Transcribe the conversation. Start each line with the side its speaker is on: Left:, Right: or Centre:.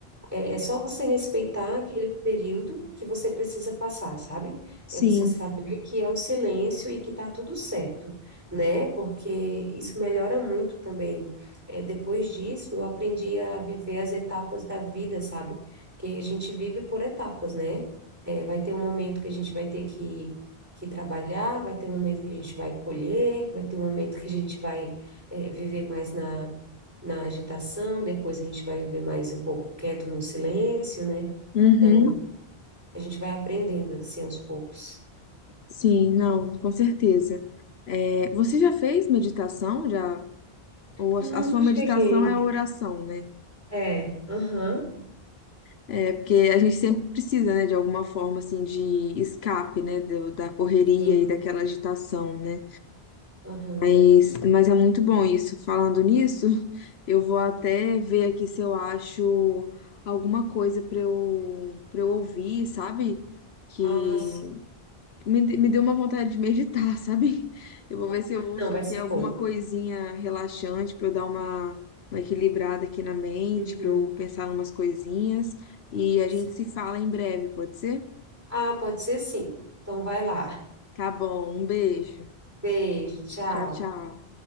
Right: é, é só você respeitar aquele período que você precisa passar, sabe?
Left: Sim,
Right: É você saber que é o silêncio e que tá tudo certo, né? Porque isso melhora muito também. É, depois disso, eu aprendi a viver as etapas da vida, sabe? Que a gente vive por etapas, né? É, vai ter um momento que a gente vai ter que, que trabalhar, vai ter um momento que a gente vai colher, vai ter um momento que a gente vai, é, viver mais na agitação, depois a gente vai viver mais um pouco quieto no silêncio, né?
Left: uhum,
Right: Então, a gente vai aprendendo assim aos poucos.
Left: sim, não, com certeza. É, você já fez meditação, já? Ou
Right: Nunca
Left: a, a sua
Right: cheguei.
Left: meditação é a oração, né?
Right: É, aham,
Left: É, porque a gente sempre precisa, né, de alguma forma, assim, de escape, né, do- da correria
Right: sim,
Left: e daquela agitação, né?
Right: aham.
Left: Mas, mas é muito bom isso. Falando nisso, eu vou até ver aqui se eu acho alguma coisa para eu, para eu ouvir, sabe? Que
Right: Ah, s-
Left: me, de- me deu uma vontade de meditar, <laughs> sabe? Eu vou ver se eu ouço
Right: não, vai
Left: aqui
Right: ser
Left: alguma
Right: bom.
Left: coisinha relaxante para eu dar uma, uma equilibrada aqui na mente,
Right: Uhum,
Left: para eu pensar em umas coisinhas. E a
Right: sim.
Left: gente se fala em breve, pode ser?
Right: Ah, pode ser sim. Então, vai lá.
Left: Tá bom, um beijo.
Right: Beijo, tchau.
Left: Tchau, tchau.